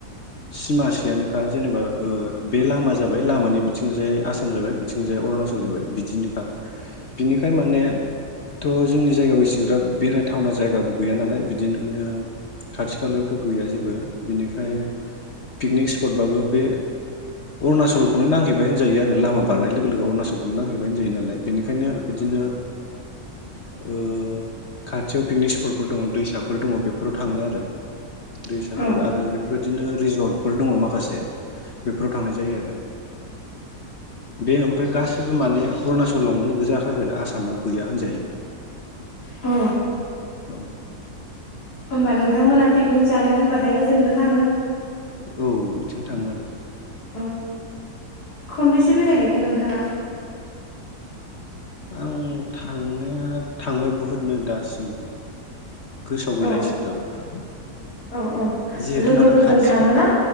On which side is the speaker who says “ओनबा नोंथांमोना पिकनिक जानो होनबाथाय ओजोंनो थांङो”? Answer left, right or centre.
Left